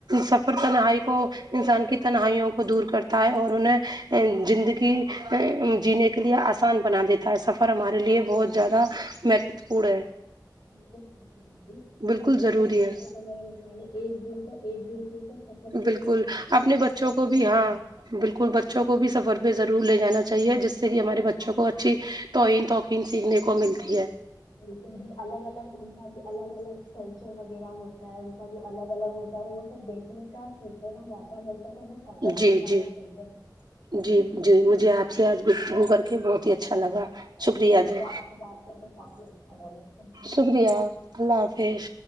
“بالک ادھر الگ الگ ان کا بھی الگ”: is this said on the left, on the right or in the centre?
Left